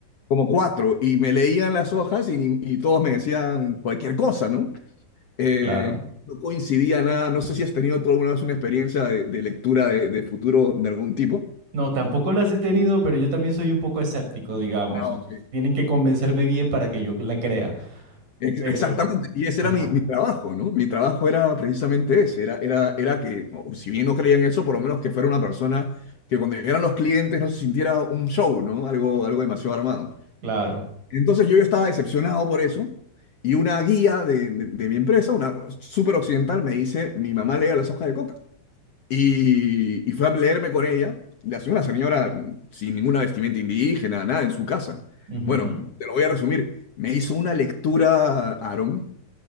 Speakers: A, on the left; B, on the right.
A: como cuatro, y me leían las hojas y, ni- y todos me decían cualquier cosa, ¿no? Eh,
B: Claro.
A: no coincidía nada. No sé si has tenido tú alguna vez una experiencia de, de lectura de, de futuro de algún tipo.
B: No, tampoco las he tenido, pero yo también soy un poco escéptico, digamos.
A: Ah,
B: Entonces,
A: ok.
B: tienen que convencerme bien para que yo la crea.
A: Ex-
B: Pero,
A: Exactamente, y ese
B: ajá,
A: era mi, mi trabajo, ¿no? Mi trabajo era precisamente ese, era, era, era que, o si bien no creía en eso, por lo menos que fuera una persona que cuando llegaran los clientes no se sintiera un show, ¿no? Algo, algo demasiado armado.
B: claro.
A: Entonces yo ya estaba decepcionado por eso, y una guía de, de- de mi empresa, una súper occidental, me dice, mi mamá lee las hojas de coca. Y, y fue a leerme con ella, la señora, señora sin ninguna vestimenta indígena, nada, en su casa.
B: Ujú.
A: Bueno,
B: O
A: te lo voy a resumir, me hizo una lectura, Aaron